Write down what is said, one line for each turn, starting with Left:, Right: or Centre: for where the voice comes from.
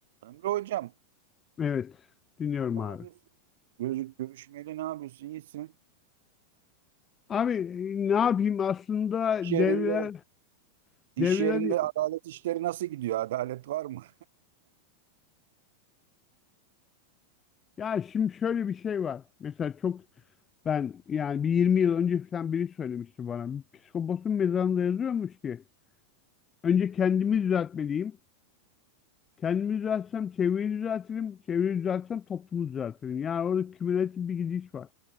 Right: Emre hocam,
Left: Evet, dinliyorum
Right: ne
Left: abi.
Right: yapıyorsun? Gözük görüşmeli ne yapıyorsun? İyisin.
Left: Abi e, ne yapayım aslında
Right: İş yerinde,
Left: devreler
Right: iş
Left: devreler
Right: yerinde adalet işleri nasıl gidiyor? Adalet var mı?
Left: ya şimdi şöyle bir şey var. Mesela çok ben yani bir 20 yıl önce falan biri söylemişti bana. Psikoposun mezarında yazıyormuş ki önce kendimi düzeltmeliyim. Kendimi düzeltsem çevreyi düzeltirim. Çevreyi düzeltsem toplumu düzeltirim. Yani orada kümülatif bir gidiş var.